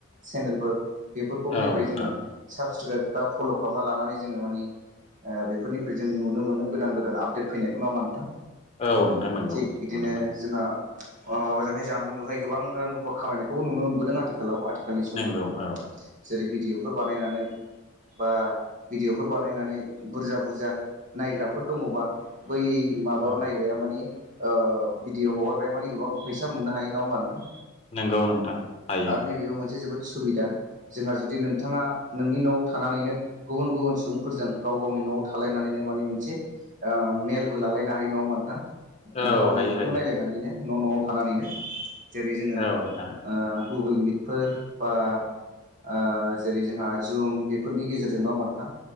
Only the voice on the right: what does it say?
चेनेलफोर बेफोरखौनिफ्राय
जोङो साबसक्राइब बा फल' खालामना लानानै जोङो मानिे बेफोरनिफ्राय जों नुनो मोनो गोदान गोदान आपडेट फैनायखौ नामा नोंथां
थिग बिदिनो
जोंहा माबाजोंहाय जानबुंजोंहाय गोां रुफ खामानिनायखौ नुनो मोनदों आथिखालाव आखाल आखेलनि सुबुंफोरखौ
जेरै भिडिअफोर बानायनानै बा भिडिअ'फोर बानायनानै बुरजा बुरजा नायग्राफोर दङबा बै माबा
नायग्राया मानिे भिडिअ हगारगाया माने गोबां फैसा मोननो हायो नङा होमबा नोंथां
आरो नैबेबो मोनसे जोबोद सुबिदा जोंहा जुदि नोंथाङा नोंनि न'आव थानानैनो गुबुन गुबुन सुबुंफोरजों गाव गावनि न'आव थालायनानैनो माने मोनसे मेलबो लालायनो हायो नङाोमा नोंथां
गावनि
मोफां
नायलायनानैनो न' न'आव थानानैनो जेरै जोङो
ओ गुगोल मिटफोर बा ओ जेरै जोंहा जुम बेफोरनि गेजेरजों। नङा होमबा नोंथां?